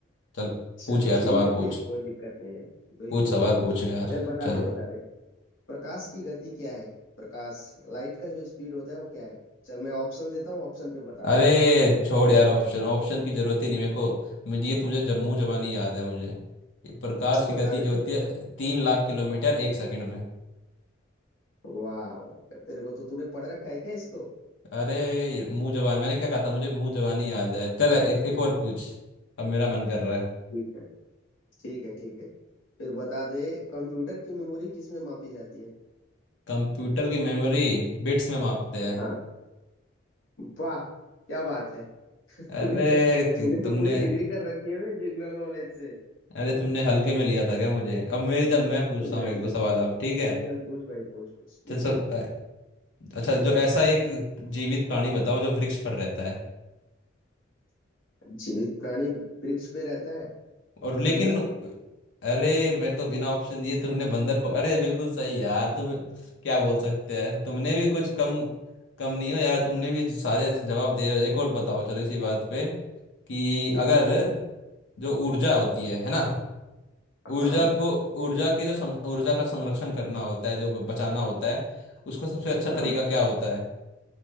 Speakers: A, on the left; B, on the left.
A: चल
B: चल
A: पूछ यार
B: ठीक
A: सवाल
B: है
A: पूछ
B: फिर कोई दिक्कत नहीं है बिल्कुल
A: पूछ सवाल
B: बिल्कुल
A: पूछ
B: चल
A: यार
B: बता
A: चलो
B: दे बता दे प्रकाश की गति क्या है प्रकाश लाइट का जो स्पीड होता है वो क्या है चल मैं ऑप्शन देता हूँ ऑप्शन पे बताना
A: अरे छोड़ यार ऑप्शन ऑप्शन की जरूरत ही नहीं मेरे को मुझे ये तो मुझे जब मुंह जबानी याद है मुझे ये प्रकाश
B: चल
A: की गति
B: बता दे
A: जो
B: फिर
A: होती है तीन लाख किलोमीटर एक सेकंड में
B: वाह तेरे को तो तूने पढ़ रखा है क्या इसको
A: अरे ये मुंह जबान मैंने क्या कहा था मुझे मुंह जबानी याद है चल एक एक और पूछ अब मेरा मन कर रहा है
B: ठीक है ठीक है ठीक है फिर बता दे कंप्यूटर की मेमोरी किस में मापी जाती है
A: कंप्यूटर की मेमोरी बिट्स में मापते
B: हाँ
A: हैं
B: वाह क्या बात है तूने
A: अरे
B: तो
A: कि
B: तूने
A: तुमने
B: तो पूरी डिग्री कर रखी है बे जनरल नॉलेज से
A: अरे तुमने हल्के में लिया था क्या मुझे अब मेरी चल मैं पूछता
B: नहीं
A: हूँ एक
B: नहीं
A: दो सवाल अब ठीक है
B: चल चल पूछ भाई पूछ पूछ बिल्कुल
A: चल सर अ, अच्छा जो ऐसा एक जीवित प्राणी बताओ जो वृक्ष पर रहता है
B: जीवित प्राणी वृक्ष पे रहता है
A: और लेकिन
B: बंदर
A: अरे मैं तो बिना ऑप्शन दिए तुमने बंदर पक... अरे बिल्कुल सही यार तुम क्या बोल सकते हैं तुमने भी कुछ कम कम नहीं हो यार तुमने भी सारे जवाब दे रहे हो एक और बताओ चलो इसी बात पे कि
B: ठीक
A: अगर
B: है
A: जो ऊर्जा होती है है ना ऊर्जा
B: हाँ हाँ
A: को ऊर्जा के जो सं- ऊर्जा का संरक्षण करना होता है जो ब- बचाना होता है उसका सबसे अच्छा तरीका
B: हाँ
A: क्या होता है